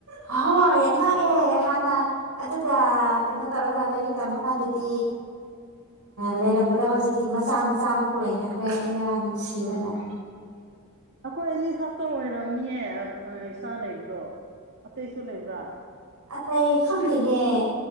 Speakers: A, on the right; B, on the right.
A: ꯍꯣꯏ ꯉꯛꯑꯦ ꯍꯥꯟꯅ ꯑꯗꯨꯗ ꯀꯩꯅꯣ ꯇꯧꯔꯒ ꯂꯥꯏꯔꯤꯛ ꯇꯝꯕ ꯀꯥꯟꯗꯗꯤ ꯂꯩꯔꯝꯕꯗ ꯍꯧꯖꯤꯛꯇꯤ ꯃꯆꯥ ꯃꯆꯥꯃꯨꯛ ꯂꯩꯅꯈ꯭ꯔꯦ ꯁꯤꯕꯅ
B: ꯎꯝ ꯑꯩꯈꯣꯏ ꯑꯅꯤ ꯈꯛꯇ ꯑꯣꯏꯔꯝꯅꯤꯌꯦ ꯏꯁꯥ ꯂꯩꯕꯗꯣ ꯑꯇꯩꯁꯨ ꯂꯩꯕ꯭ꯔꯥ
A: ꯑꯇꯩ ꯈꯪꯗꯦꯅꯦ